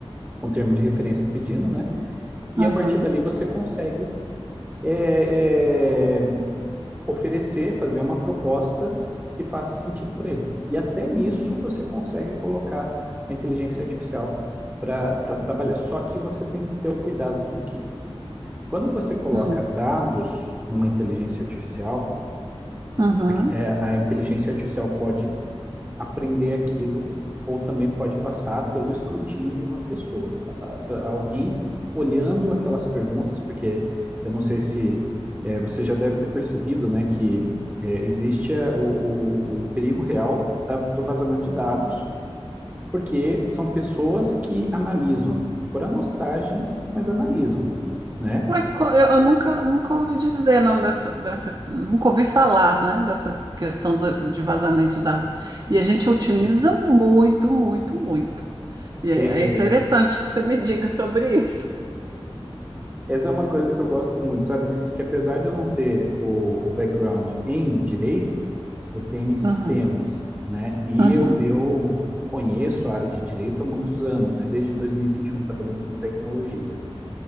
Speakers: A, on the right (about 15°); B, on the right (about 40°).
A: o termo de referência está pedindo, né? E
B: uhum,
A: a partir dali você consegue é, é, oferecer, fazer uma proposta que faça sentido para eles. E até nisso você consegue colocar a inteligência artificial para trabalhar. Só que você tem que ter o cuidado do que? Quando você coloca
B: hum,
A: dados numa inteligência artificial,
B: uhum.
A: a, é, a inteligência artificial pode aprender aquilo, ou também pode passar pelo escrutínio de uma pessoa, passar alguém olhando aquelas perguntas, porque eu não sei se eh, você já deve ter percebido, né, que eh, existe eh, o, o- o perigo real da- do vazamento de dados, porque são pessoas que analisam por amostragem, mas analisam, né?
B: Como é que co- Eu, eu nunca, nunca ouvi dizer, não, dessa, dessa, nunca ouvi falar, né, dessa questão do- de vazamento de dados. E a gente
A: Sim.
B: utiliza muito, muito, muito. E é
A: É,
B: é interessante que você me diga sobre isso.
A: Essa é uma coisa que eu gosto muito, sabe? Que apesar de eu não ter o, o background em direito, eu tenho em sistemas,
B: Uhum,
A: né? E
B: uhum,
A: eu, eu conheço a área de direito há muitos anos, né? Desde 2021 trabalhando com tecnologias.